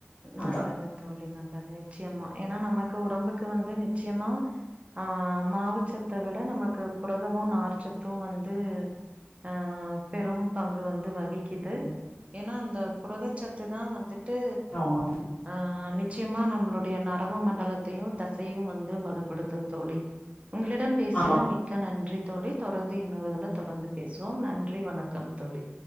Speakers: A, on the left; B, on the right.
A: அதான்.
B: நல்லது தோழி நல்லது நிச்சயமா ஏனா நமக்கு உடம்புக்கு வந்து நிச்சயமா ஆ மாவுச்சத்த விட நமக்கு புரதமு நார்ச்சத்து வந்து அ பெரும் பங்க வந்து வகிக்குது
A: ஆமா.
B: ஏன்னா இந்த புரதச்சத்து தா வந்துட்டு
A: <unintelligible>
B: ஆ நிச்சயமா நம்மளுடைய நரம்பு மண்டலத்தையூ தசையூ வந்து வலுப்படுத்தோ தோழி உங்களிடம் பேசியது
A: ஆமாங்க
B: மிக்க நன்றி தோழி தொடர்ந்து இன்னொருதுல தொடர்ந்து பேசுவோ நன்றி வணக்கம் தோழி